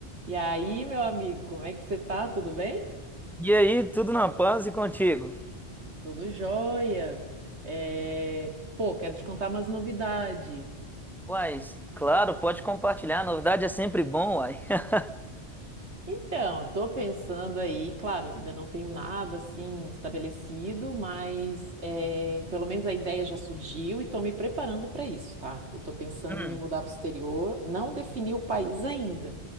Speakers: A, on the right; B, in the centre.
A: E aí, meu amigo, como é que você tá? Tudo bem?
B: E aí, tudo na paz e contigo?
A: Tudo jóia. É, Pô, quero te contar umas novidades.
B: Uai, claro, pode compartilhar. Novidade é sempre bom, uai. <laughs>
A: Então, tô pensando aí, claro, ainda não tenho nada assim estabelecido, mas é, pelo menos a ideia já surgiu e tô me preparando para isso, tá? Eu tô pensando
B: Hum,
A: em me mudar para o exterior, não defini o país ainda,